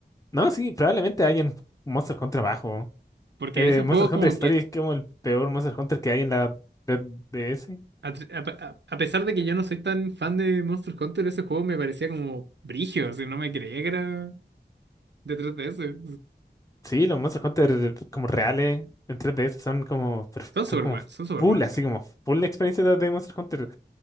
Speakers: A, on the left; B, on the right.
A: No, sí, probablemente hay en Monster Hunter abajo.
B: Porque
A: Eh,
B: ese juego
A: Monster
B: es
A: Hunter
B: como
A: Story
B: que,
A: es como el peor Monster Hunter que hay en la red D S
B: a, a- a- a pesar de que yo no soy tan fan de Monster Hunter, ese juego me parecía como brigio, o sea, no me creía que era... Detrás de ese.
A: Sí, los Monster Hunter como reales en 3DS son como, perf-
B: Son súper
A: son como
B: buenos, son súper
A: full,
B: buenos,
A: así
B: sí.
A: como full experiencia de de Monster Hunter.